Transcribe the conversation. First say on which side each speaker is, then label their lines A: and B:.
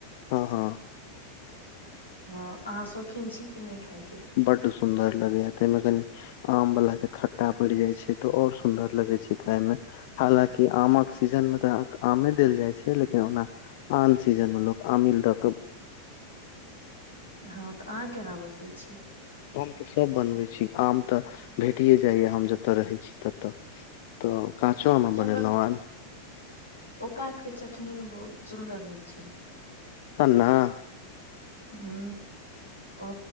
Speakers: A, on the left; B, on the left.
A: हँ हँ
B: हँ अहाँ शौकीन छी कि नहि खायके
A: बड्ड सुंन्दर लगैया ताहिमें कनी आम वला के खट्टा पड़ जाय छै तऽ और सुन्दर लगे छै खाय मे हालाँकि आमक सीजनमे तऽ आमे देल जाइत छै लेकिन ओना आन सीजन मे लोग अमिल द के
B: हँं तऽ अहाँ केना बनबै छियै
A: हम तऽ सभ बनबै छी आम तऽ भेटिए जाइए हम जतय रहै छी तत तऽ काँचो आमे
B: अच्छा
A: बनेलहु
B: ओकर
A: आन
B: ओ पात के चटनी ओ बहुत सुंदर होइ छै
A: सना <inaudible>
B: हू ओ